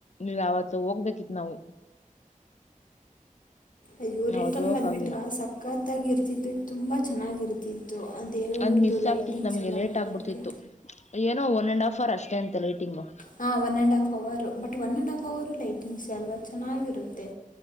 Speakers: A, on the left (about 55°); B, on the left (about 70°).
A: ನೀವ ಆವತ್ತು ಹೋಗ್ಬೇಕಿತ್ ನಾವು
B: ಅಯ್ಯೋ ರಿಟರ್ನ್
A: ಅವತ್ ಹೋಗಕ್
B: ಬಂದ್ಬಿಟ್ರಾ
A: ಆಗ್ಲಿಲ್ಲ
B: ಸಕ್ಕತ್ತಾಗ್ ಇರ್ತಿತ್ತು ತುಂಬ ಚೆನ್ನಾಗಿರ್ತಿತ್ತು ದು ಅ ದೇವ್ರ್ದು
A: ಅದ್ ಮಿಸ್
B: ಲೈಟಿಂಗ್ಸೆಲ್ಲ
A: ಆಗ್ತಿತ್ ನಮ್ಗೆ ಲೇಟ್
B: ನೋಡಕ್ಕೆ
A: ಆಗ್ಬಿಡ್ತಿತ್ತು ಏನೋ ಒನ್ ಅಂಡ್ ಹಾಫರ್ ಅಷ್ಟೇ ಅಂತೆ ಲೈಟಿಂಗು
B: ಹಾ ಒನ್ನಂಡ್ ಹಾಫ್ ಅವರು ಬಟ್ ಒನ್ನಂಡ್ ಹಾಫ್ ಅವರ್ರು ಲೈಟಿಂಗ್ಸೇ ಅಲ್ವಾ ಚೆನ್ನಾಗಿರುತ್ತೆ